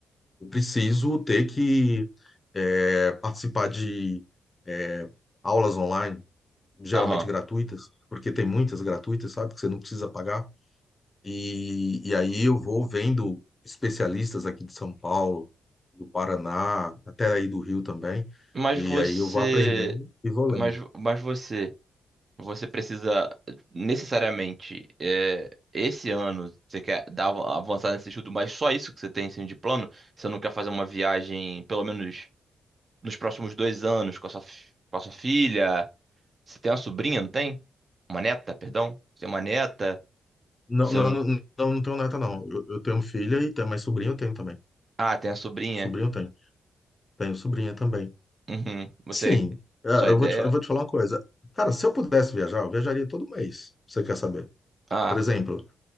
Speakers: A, on the left (about 25°); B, on the right (about 40°).
A: Eu preciso ter que é, participar de é, aulas online, geralmente
B: aham.
A: gratuitas, porque tem muitas gratuitas, sabe? Que você não precisa pagar. E, e aí eu vou vendo especialistas aqui de São Paulo, do Paraná, até aí do Rio também.
B: Mas
A: E
B: você,
A: aí eu vou aprendendo e vou lendo.
B: mas, mas você você precisa necessariamente é, esse ano você quer dar avançar nesse estudo, mas só isso que você tem assim, de plano? Você não quer fazer uma viagem, pelo menos nos próximos dois anos, com a sua, fi- com a sua filha? Você tem uma sobrinha, não tem? Uma neta, perdão? Você tem uma neta?
A: Não,
B: Você
A: não,
B: não.
A: não, não, não tenho neta, não. Eu, eu tenho filha e tenho, mas sobrinho eu tenho também.
B: Ah, tem a sobrinha.
A: Sobrinho eu tenho. Tenho sobrinha também.
B: Uhum. Você.
A: Sim, é,
B: Sua
A: eu
B: ideia.
A: vou te, eu vou te falar uma coisa. Cara, se eu pudesse viajar, eu viajaria todo mês. Você quer saber?
B: Ah,
A: Por exemplo,